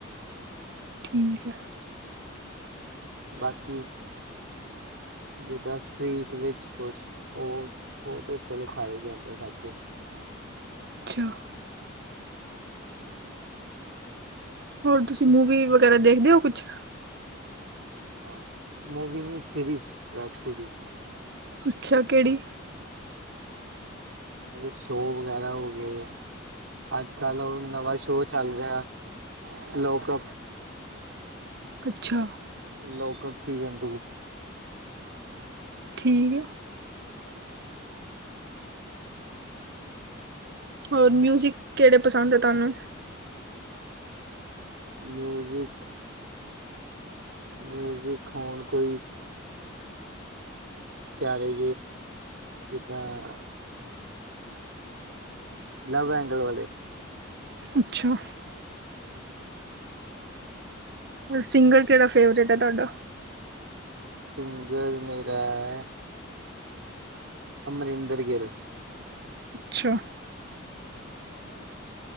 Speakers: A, on the right; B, on the right.
A: ਠੀਕ ਹੈ
B: ਬਾਕੀ ਜਿੱਦਾਂ ਸਵੀਟ ਵਿੱਚ ਕੁਛ ਉਹ ਉਹ ਤੇ ਚਲੋ ਖਾ ਜਾਂਦਾ ਸਭ ਕੁਛ
A: <inaudible> ਹੋਰ ਤੁਸੀਂ ਮੂਵੀ ਵਗੈਰਾ ਦੇਖਦੇ ਹੋ ਕੁਛ
B: ਹਾਂ ਮੂਵੀੀ ਸਰੀਜ਼ ਵੇਬ ਸਰੀਜ਼
A: ਅੱਛਾ ਕਿਹੜੀ
B: ਸ਼ੋਅ ਵਗੈਰਾ ਹੋ ਗਏ ਅੱਜ ਕੱਲ ਉਹ ਨਵਾਂ ਸ਼ੋਅ ਚੱਲ ਰਿਹਾ ਲੋਕਪ
A: ਅੱਛਾ
B: ਲੋਕ ਕਪ ਸੀਸਨ ਟੂ
A: ਠੀਕ ਹੋਰ ਮਿਊਜ਼ਿਕ ਕਿਹੜੇ ਪਸੰਦ ਹੈ ਤੁਹਾਨੂੰ
B: ਮਿਊਜ਼ਿਕ ਮੀਊਜ਼ਿਕ ਹੋਣ ਕੋਈ ਵੀ ਜਿੱਦਾਂ ਲਵ ਐਂਗਲ ਵਾਲੇ
A: ਅੱਛਾ ਸਿੰਗਰ ਕਿਹੜਾ ਫੇਵਰੇਟ ਹੈ ਤੁਹਾਡਾ
B: ਸਿੰਗਰ ਮੇਰਾ ਹੈ ਅਮਰਿੰਦਰ ਗਿਲ
A: ਅੱਛਾ